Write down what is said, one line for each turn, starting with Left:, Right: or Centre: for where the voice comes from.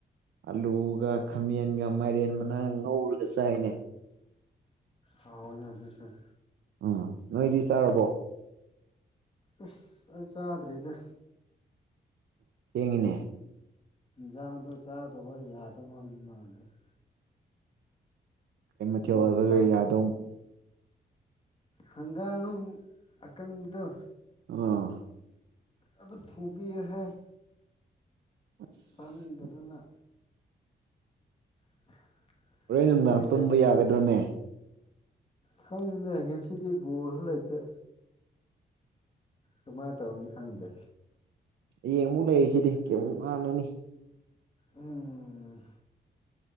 Right: ꯑꯥꯂꯨꯒ ꯈꯥꯃꯦꯟꯒ ꯃꯥꯏꯔꯦꯟ ꯃꯅꯥ ꯉꯧꯔꯒ ꯆꯥꯏꯅꯦ
Left: ꯍꯥꯎꯢꯅ ꯑꯗꯨꯁꯨ
Right: ꯎꯝ ꯅꯣꯏꯗꯤ ꯆꯥꯔꯕꯣ
Left: ꯑꯁ ꯑꯩ ꯆꯥꯗ꯭ꯔꯤꯗ
Right: ꯊꯦꯡꯉꯦꯅꯦ
Left: ꯖꯥꯡꯗꯣ ꯆꯥꯗꯧꯕ ꯌꯥꯗꯧ ꯃꯥꯟꯗꯕ
Right: ꯀꯩ ꯃꯊꯦꯜ
Left: ꯃꯤꯅ
Right: ꯑꯣꯏꯕ
Left: ꯆꯥꯕꯗꯣ
Right: ꯀꯔꯤꯌꯥ ꯑꯗꯨꯝ
Left: ꯍꯪꯒꯥꯝ ꯑꯀꯪꯕꯗ
Right: ꯑꯥ
Left: ꯑꯗꯨ ꯊꯣꯕꯤꯌꯦ ꯍꯥꯏ
Right: ꯑꯁ
Left: ꯆꯥꯅꯤꯡꯗꯗꯅ <unintelligible>
Right: ꯍꯣꯔꯦꯟ ꯅꯨꯡꯗꯥꯡ
Left: ꯅꯣꯏꯗꯤ
Right: ꯇꯨꯝꯕ ꯌꯥꯒꯗ꯭ꯔꯣꯅꯦ
Left: ꯈꯪꯗꯦ ꯉꯥꯁꯤꯗꯤ ꯕꯣꯜꯁꯨ ꯂꯩꯇꯦ ꯀꯃꯥꯏꯅ ꯇꯧꯔꯅꯤ ꯈꯪꯗꯦ
Right: ꯍꯌꯦꯡ ꯑꯃꯨꯛ ꯂꯩꯔꯤꯁꯤꯗꯤ ꯀꯩꯃꯨꯛ ꯉꯥꯟꯅꯨꯅꯤ
Left: ꯎꯝ